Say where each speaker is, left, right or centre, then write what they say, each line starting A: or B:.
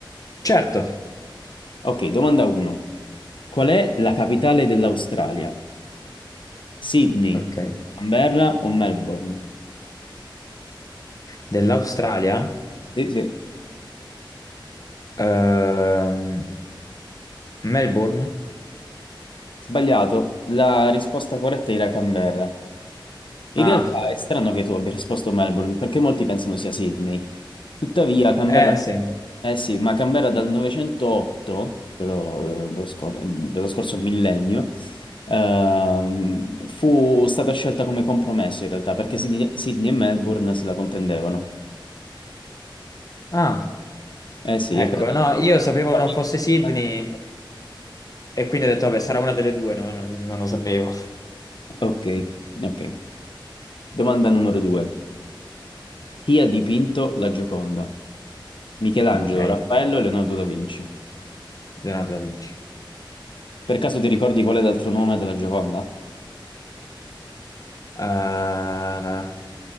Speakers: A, on the left; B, on the left.
A: certo.
B: Ok, domanda 1. Qual è la capitale dell'Australia? Sydney,
A: Ok.
B: Canberra o Melbourne?
A: Dell'Australia?
B: Sì, sì.
A: Ehm, Melbourne?
B: Sbagliato, la risposta corretta era Canberra. In
A: Ah,
B: realtà è strano che tu abbia <laughs> risposto Melbourne, perché molti pensano sia Sydney. Tuttavia, Canberra...
A: eh sì.
B: Eh sì, ma Canberra dal 908, dello, dello scor- dello scorso millennio, ehm, fu stata scelta come compromesso in realtà, perché Sydney, Sydney e Melbourne se la contendevano.
A: Ah,
B: Eh sì,
A: ecco,
B: per non
A: no, io sapevo
B: farmi...
A: non fosse
B: inchiodare
A: Sydney
B: le
A: e quindi ho detto, vabbè, sarà una delle due, no? No, Non, lo sapevo.
B: due. Ok, ok. Domanda numero due. Chi ha dipinto la Gioconda? Michelangelo,
A: Ok,
B: Raffaello e Leonardo da Vinci.
A: Leonardo da Vinci.
B: Per caso ti ricordi qual è l'altro nome della Gioconda?
A: Eh,